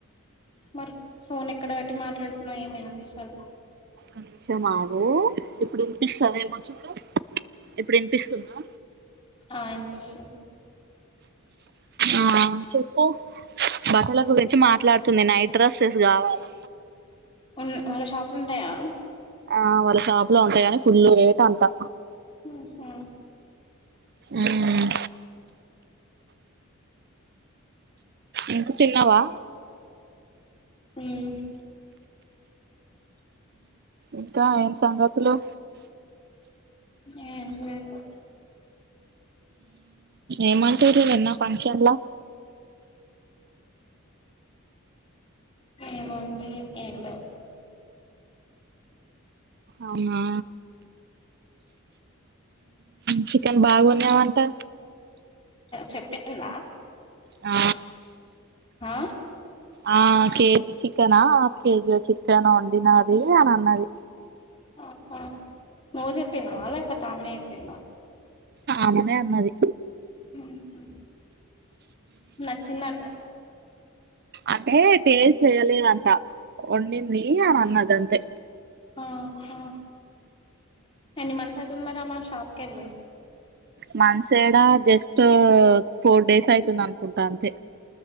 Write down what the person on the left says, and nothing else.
మరి ఫోన్ ఎక్కడ బెట్టి మాట్లాడుతున్నాం ఏం వినిపిస్తలే
ఆ ఇనిపిస్తుంది
ఉన్ వాళ్ళ షాపులు ఉంటాయా
ఆహా
ఉమ్
ఏం లేదు
ఏముంది ఏమి లేదు
చెప్పింద
హా
ఆహా నువ్ చెప్పిన్నావా లేకపోతే ఆమెనే చెప్పివా
ఆహా నచ్చిందా
ఆహా ఎన్ని మంత్స్ అయితుంది మరి ఆమె షాప్ కెళ్ళి